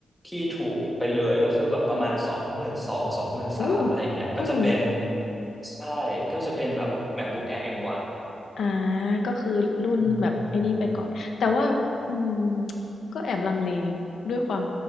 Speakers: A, in the centre; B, on the left.
A: ที่ถูกไปเลยก็คือแบบประมาณสองหมื่นสองสองหมื่นสามอะไรอย่างเงี้ยก็จะเป็น
B: อืม โอ้อืม
A: ใช่ก็จะเป็นแบบ MacBook Air M1 อมวัน
B: อาก็คือรุ่นแบบไอ้นี่ไปก่อน
A: อืม
B: แต่ว่าอืมก็แอบลังเลด้วยความ